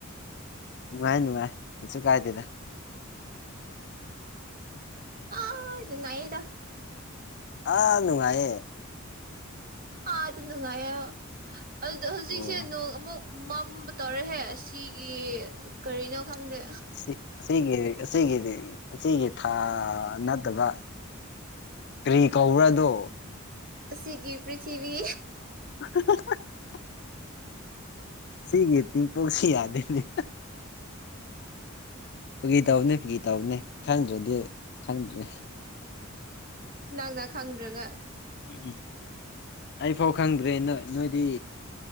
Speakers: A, on the left; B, on the right.
A: ꯅꯨꯡꯉꯥꯏꯌꯦ ꯅꯨꯡꯉꯥꯏ ꯀꯩꯁꯨ ꯀꯥꯏꯗꯦꯗ
B: ꯑ ꯅꯨꯡꯉꯥꯏꯌꯦꯗ
A: ꯑꯥ ꯅꯨꯡꯉꯥꯏꯌꯦ
B: ꯑꯥꯗ ꯅꯨꯡꯉꯥꯏꯌꯣ ꯑꯗꯨꯗ ꯍꯧꯖꯤꯛꯁꯦ
A: ꯑꯣ
B: ꯅꯣꯡ ꯑꯃꯨꯛ ꯃꯝꯕ ꯇꯧꯔꯦꯍꯦ ꯑꯁꯤꯒꯤ ꯀꯔꯤꯅꯣ ꯈꯪꯗꯦ
A: ꯁꯤ ꯑꯁꯤꯒꯤ꯭ꯔ ꯑꯁꯤꯒꯤꯗꯤ ꯑꯁꯤꯒꯤ ꯊꯥ ꯅꯠꯇꯕ ꯀ꯭ꯔꯤ ꯀꯧꯕ꯭ꯔ ꯑꯗꯣ
B: ꯑꯁꯤꯒꯤ ꯄ꯭ꯔꯤꯊꯤꯕꯤ
A: <unintelligible> ꯁꯤꯒꯤ ꯗꯤꯝꯄꯜꯁꯤ ꯌꯥꯗꯦꯅꯦ ꯐꯥꯒꯤ ꯇꯧꯅꯦ ꯐꯥꯒꯤ ꯇꯧꯕꯅꯦ ꯈꯪꯗ꯭ꯔꯗꯤ ꯈꯪꯗ꯭ꯔꯦ
B: ꯅꯪꯅ ꯈꯪꯗ꯭ꯔꯒ
A: ꯎꯝꯎꯝ ꯑꯩ ꯐꯥꯎ ꯈꯪꯗ꯭ꯔꯦ ꯅꯣꯏ ꯅꯣꯏꯗꯤ